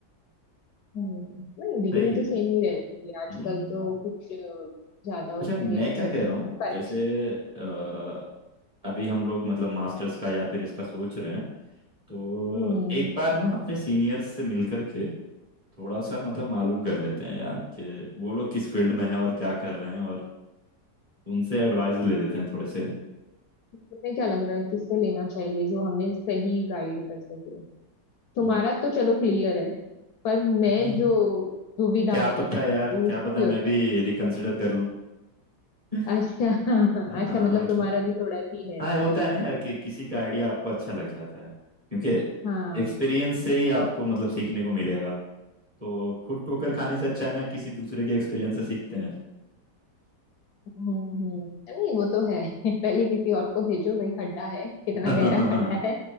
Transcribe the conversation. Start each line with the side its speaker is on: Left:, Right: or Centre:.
Left: हम्म, नहीं डिग्री
Right: सही है
Left: तो सेम ही रहती है आजकल
Right: हम्म
Left: तो कुछ अ, ज्यादा उसमें
Right: अच्छा मैं क्या कह रहा हूँ
Left: करेक्शन
Right: जैसे अ, अभी हम लोग मतलब मास्टर्स का या फिर इसका सोच रहे हैं तो
Left: हम्म
Right: एक बार ना अपने सीनियर्स से मिल करके थोड़ा सा मतलब मालूम कर लेते
Left: हम्म।
Right: हैं यार कि वो लोग किस फील्ड में है और क्या कर रहे हैं और उनसे एडवाइस ले लेते हैं थोड़े से
Left: तुम्हें क्या लग रहा है किससे लेना चाहिए जो हमें सही गाइड कर सके तुम्हारा
Right: हम्म,
Left: तो चलो क्लियर है पर मैं
Right: नहीं
Left: जो दुविधा
Right: क्या
Left: में
Right: पता
Left: हूँ
Right: यार
Left: वो
Right: क्या
Left: उसके
Right: पता मैं
Left: ऊपर
Right: भी रिकंसिडर कर लूं <laughs>
Left: अच्छा हाँ हाँ
Right: हाँ
Left: अच्छा मतलब
Right: मतलब
Left: तुम्हारा भी थोड़ा सी है
Right: हाँ ये होता
Left: अभी
Right: है ना यार कि किसी का आइडिया आपको अच्छा लग जाता है क्योंकि
Left: हाँ
Right: एक्सपीरियंस से ही आपको मतलब सीखने को मिलेगा तो खुद ठोकर खाने से अच्छा है ना किसी दूसरे के एक्सपीरियंस से सीखते हैं
Left: हम्म हम्म नहीं वो तो है <laughs> पहले किसी और को भेजो भाई खड्डा है कितना
Right: <laughs>
Left: गहरा खड्डा है